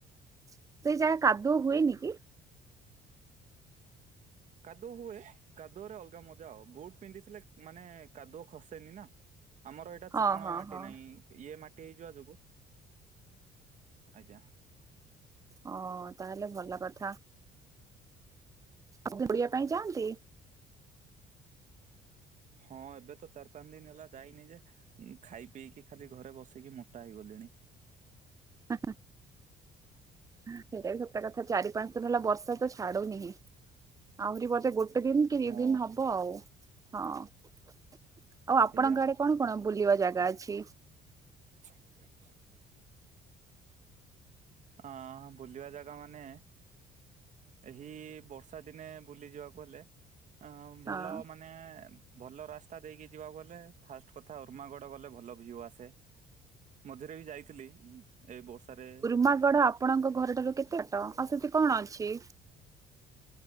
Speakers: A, on the right; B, on the right.
A: ସେଇ ଯାହା କାଦୁଅ ହୁଏନି କି?
B: କାଦୁଅ ହୁଏ କାଦୁଅରେ ଅଲଗା ମଜା ଆଉ ବୁଟ ପିନ୍ଧିଥିଲେ ମାନେ କାଦୁଅ ଖସେନି ନା। ଆମର ଏଇଟା
A: ହଁ
B: ଚିକଣ
A: ହଁ
B: ମାଟି
A: ହଁ
B: ନାହିଁ। ଇଏ ମାଟି ହେଇଯିବା ଯୋଗୁ ଆଜ୍ଞା।
A: ହଁ ତାହେଲେ ଭଲ କଥା। ଆପଣ ବୁଲିବା ପାଇଁ ଯାଆନ୍ତି?
B: ହଁ ଏବେ ତ ଚାରି ପାଞ୍ଚ ଦିନ ହେଲା ଯାଇନି ଯେ ଉଁ ଖାଇ ପିଇକି ଖାଲି ଘରେ ବସେଇିକି ମୋଟା ହେଇଗଲିଣି।
A: ଆ ହାଁ। ସେଇଟା ବି ସତ କଥା ଚାରି ପାଞ୍ଚ ଦିନ ହେଲା ବର୍ଷା ତ ଛାଡୁନିଁ ଆହୁରି ବୋଧେ ଗୋ ଗୋଟେ ଦିନ ତିନି
B: ହଁ
A: ଦିନ ହବ ଆଉ ହଁ ଆଉ
B: ସେଇଆ।
A: ଆପଣଙ୍କ ଆଡେ କଣ କଣ ବୁଲିବା ଜାଗା ଅଛି?
B: ହ ଅ ବୁଲିବା ଜାଗା ମାନେ ଏହି ବର୍ଷା ଦିନେ ବୁଲି ଯିବାକୁ ହେଲେ ଅ ଭଲ
A: ହଁ
B: ମାନେ ମାନେ ଭଲ ରାସ୍ତା ଦେଇକି ଯିବାକୁ ଗଲେ ଫାଷ୍ଟ କଥା ଉର୍ମାଗଡ ଗଲେ ଭଲ ଭିୟୁ ଆସେ। ମଝିରେ ବି ଯାଇଥିଲି ଏ ବର୍ଷାରେ
A: ମାଗଡ଼ ଆପ ଆପଣଙ୍କ ଘର ଠାରୁ କେତେ ବାଟ ଆଉ ସେଠି କଣ ଅଛି?